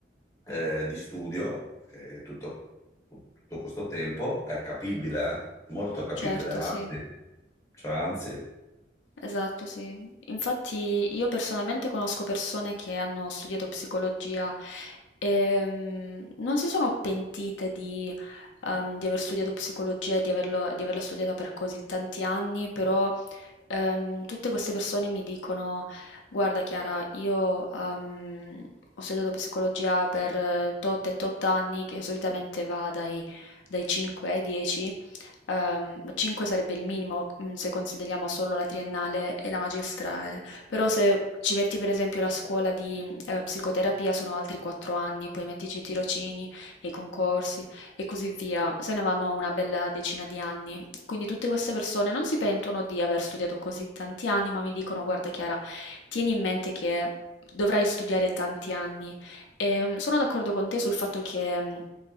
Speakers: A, on the left; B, on the left.
A: eh, di studio, eh, tutto, tutto questo tempo è capibile, eh? Molto capibile,
B: Certo,
A: anzi,
B: sì.
A: cioè, anzi,
B: Esatto, sì. Infatti io personalmente conosco persone che hanno studiato psicologia e mm, non si sono pentite di, ehm, di aver studiato psicologia e di averlo- di averla studiata per così tanti anni, però ehm, tutte queste persone mi dicono, guarda Chiara, io ehm, ho studiato psicologia per eh, tot e tot anni, che solitamente va dai, dai 5 ai 10. Ehm, 5 sarebbe il minimo, mhmm, se consideriamo solo la triennale e la magistrale, però se ci metti per esempio la scuola di, ehm, psicoterapia sono altri 4 anni e poi mettici i tirocini e i concorsi e così via, se ne vanno una bella decina di anni. Quindi tutte queste persone non si pentono di aver studiato così tanti anni, ma mi dicono: "Guarda Chiara, tieni in mente che dovrai studiare tanti anni Ehm, sono d'accordo con te sul fatto che mh,